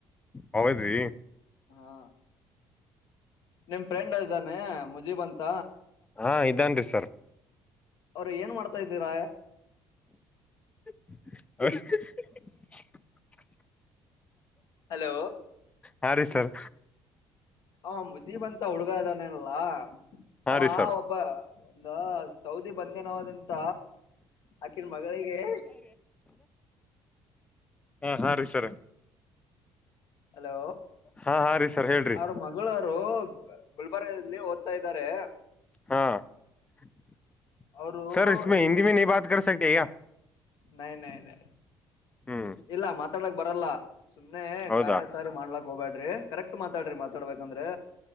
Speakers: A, on the left (about 15°); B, on the left (about 65°).
A: ಹೌದ್ರಿ
B: ಹಾ ನಿಮ್ ಫ್ರೆಂಡ್ ಇದಾನೆ ಮುಜೀಬ ಅಂತ.
A: ಹಾ ಇದಾನ್ರಿ ಸರ್
B: ಅವರು ಏನ್ ಮಾಡ್ತಾ ಇದ್ದೀರ.
A: <inaudible>
B: ಹಲೋ
A: ಹಾ ರೀ ಸರ್
B: ಆ ಮುಜೀಬ್ ಅಂತ ಹುಡುಗ ಅದಾನಲ್ಲ
A: ಹಾ
B: ಅವ
A: ರೀ ಸರ್
B: ಒಬ್ಬ. ಒಂದು ಸೌದಿ ಬಂದೆನವಾಜ್. ಅಂತ ಆಕಿನ ಮಗಳಿಗೆ.
A: ಹಾ ಹಾ ರೀ ಸರ್
B: ಹಲೋ
A: ಹಾ ಹಾ ರೀ ಸರ್ ಹೇಳ್ರಿ
B: ಅವ್ರ ಮಗಳರು. ಗುಲ್ಬರ್ಗಲ್ಲಿ ಓದ್ತಾ ಇದ್ದಾರೆ.
A: ಹಾ <unintelligible>
B: ಅವರು ಈಗ
A: <unintelligible>
B: ನೈ ನೈ ನ
A: ಹ್ಮ್
B: ಇಲ್ಲ ಮಾತಾಡ್ಲಾಕ್ ಬರಲ್ಲ ಸುಮ್ನೆ
A: ಹೌದಾ
B: ಕಾಟಾಚಾರಿ ಮಾಡ್ಲಾಕ್ ಹೋಗಬ್ಯಾಡ್ರಿ ಕರೆಕ್ಟ್ ಮಾತಾಡ್ರಿ ಮಾತಾಡ್ಬೇಕಂದ್ರೆ